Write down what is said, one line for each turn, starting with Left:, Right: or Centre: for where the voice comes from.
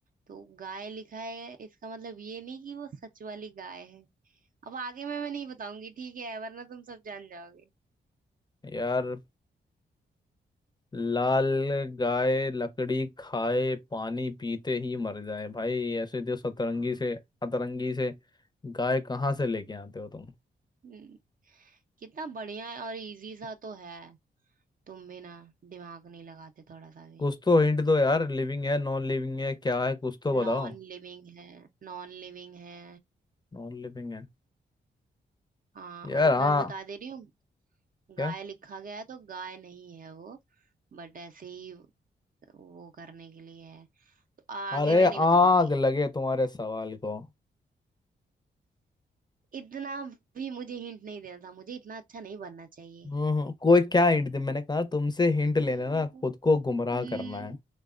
Right: तो गाय लिखा है इसका मतलब ये नहीं कि वो सच वाली गाय है अब आगे मैं मैं नहीं बताऊंगी ठीक है वरना तुम सब जान जाओगे
Left: यार लाल गाय लकड़ी खाए पानी पीते ही मर जाए भाई ऐसे तो सतरंगी
Right: हाँ
Left: से अतरंगी से गाय कहाँ से लेके आते हो तुम
Right: हम्म, कितना बढ़िया है और इजी सा तो है तुम भी ना दिमाग नहीं लगाते थोड़ा सा भी
Left: कुछ तो हिंट दो यार लिविंग है नॉन लिविंग है क्या है कुछ तो
Right: नॉन
Left: बताओ
Right: लिविंग है नॉन लिविंग है
Left: नॉन लिविंग है
Right: हाँ
Left: यार
Right: और इतना
Left: हाँ
Right: भी बता दे रही हूँ
Left: क्या
Right: गाय लिखा गया है तो गाय नहीं है वो बट ऐसे ही वो करने के लिए है तो आगे
Left: अरे
Right: मैं नहीं बताऊंगी
Left: आग लगे तुम्हारे सवाल को
Right: इतना भी मुझे हिंट नहीं देना था मुझे इतना अच्छा नहीं बनना चाहिए
Left: हम्म कोई क्या हिंट दे मैंने कहा तुमसे हिंट लेना
Right: नहीं।
Left: ना खुद को गुमराह
Right: हम्म,
Left: करना है